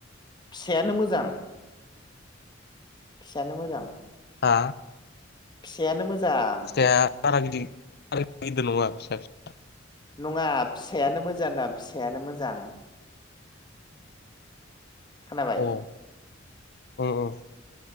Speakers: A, on the left; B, on the left.
A: फिसायानो मोजां फिसायानो मोजां
B: हा
A: फिसायानो मोजां मोजां
B: फिथाइया बारा गिदिर बारा गिदिर नङा फिसा फिसा
A: नङा फिसायानो मोजां होनदां फिसायानो मोजां खोनाबाय
B: फिसा अ उम उम